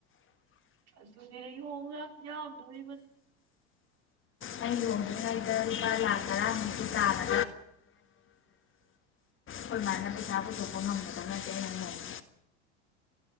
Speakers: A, on the right; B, on the left.
A: ꯑꯗꯨꯅꯦ ꯑꯩ ꯂꯨꯍꯣꯡꯒ ꯌꯥꯝꯗꯣꯔꯤ ꯃꯁꯤ
B: ꯑꯩ ꯂꯨꯍꯣꯡꯗ꯭ꯔꯤꯉꯩꯗ ꯂꯨꯄꯥ ꯂꯥꯛ ꯇꯔꯥꯃꯨꯛꯇꯤ ꯇꯥꯔ ꯈꯣꯏꯃꯥꯅ ꯄꯩꯁꯥ ꯄꯨꯊꯣꯛꯄ ꯉꯝꯒꯗꯕ ꯅꯠꯇꯦ ꯑꯩ ꯂꯨꯍꯣꯡꯕꯗ